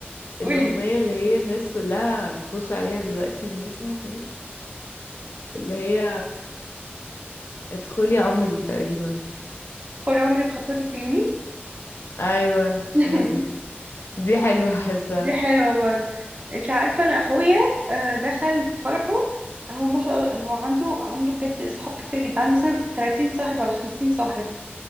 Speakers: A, on the right; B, on the left.
A: قولي
B: الأغنية اللي هي الناس كلها بتخش عليها دلوقتي اللي هي اسمها ايه اللي هي ادخلي عمري تقريبا
A: خدي عمري بخطواتك اليمين
B: ايوه
A: <laughs>
B: هي دي دي حلوة حاسة
A: دي حلوة برضه انت عارفة انا اخويا آه، دخل في فرحه هو ما شاء الله هو عنده عنده بجد اصحاب كتير جدا عنده مثلا 30 صاحب ولا 50 صاحب